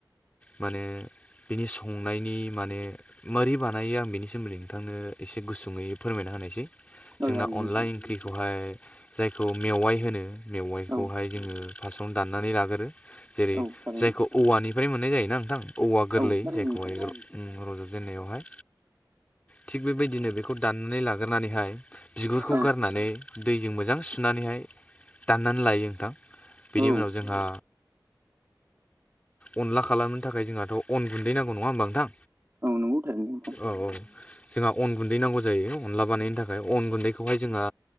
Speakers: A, on the left; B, on the right.
A: माने बिनि संनायनि माने मारै बानायो आं बिनि सोमोन्दै नोंथांनो एसे गुसुङै फोरमायना होनायसै।
B: औ
A: जोंना
B: जागोन दे
A: अनलाइ
B: नोंथां
A: ओंख्रिखौहाय जायखौ मेवाइ होनो। मेवाइखौहाय
B: औ
A: जोङो फार्स्टआवनो दाननानै लागोरो जेरै
B: औ थारैनो
A: जायखौ औवानिफ्राय मोननाय जायोना ओनथां औवा गोरलै
B: औ थारैनो
A: जायखौहाय
B: नोंथां
A: उम रज'जेनन्नायावहाय थिग बेबायदिनो बेखौ दाननानै लाग्रोनानैहाय बिगुरखौ
B: औ
A: गारनानै दैजों मोजां सुनानैहाय दाननान लायो ओंथां बिनि
B: औ
A: उनाव जोंहा अनला खालामनो थाखाय जोंहाथ' अन गुन्दै नांगौ नङा होमबा ओंथां?
B: औ नंगौ थारैनो नोंथां
A: औ औ जोंहा अन गुन्दै नांगौ जायो अनला बानायनो थाखाय अन गुन्दैखौहाय जोंहा